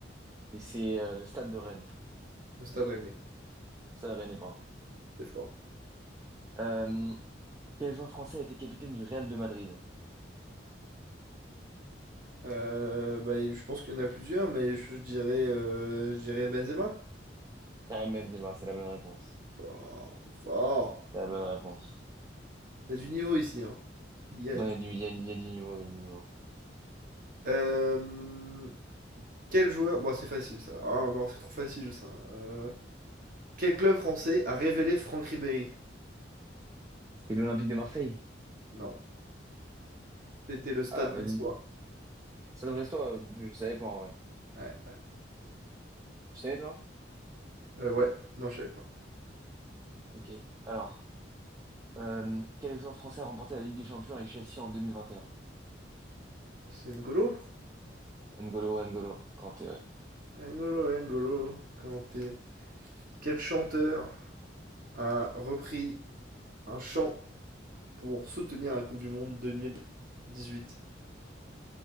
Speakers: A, on the right (about 20°); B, on the right (about 45°).
A: Et c'est euh, le Stade de Rennes.
B: le Stade Rennais?
A: Stade Rennais, pardon.
B: C'est fort.
A: Euh, quel joueur français a été capitaine du Real de Madrid?
B: Euh, bah, je pense qu'il y en a plusieurs, mais je, je dirais, euh, je dirais Benzema.
A: Karim Benzema, c'est la bonne réponse.
B: Fort, c'est fort.
A: C'est la bonne réponse.
B: Il y a du niveau ici, hein. Il y a
A: Non,
B: du-
A: il y a du, il y a, il y a du niveau, il y a du niveau.
B: Euh, quel joueur... Bon, c'est facile, ça. Ah non, c'est trop facile, ça. Euh, quel club français a révélé Franck Ribéry?
A: C'était l'Olympique de Marseille?
B: Non. C'était le stade
A: Ah, vas-y.
B: brestois.
A: Ça devrait être toi, euh, je savais pas en vrai.
B: Ouais,
A: Tu savais toi?
B: Euh, ouais. non, je savais pas.
A: Ok. Alors, euh, quel joueur français a remporté la Ligue des Champions avec Chelsea en 2021?
B: Bah, C'est N'Golo?
A: N'Golo, N'Golo, Kanté, ouais.
B: N'Golo, N'Golo, Kanté. Quel chanteur a repris un chant pour soutenir la Coupe du Monde 2018?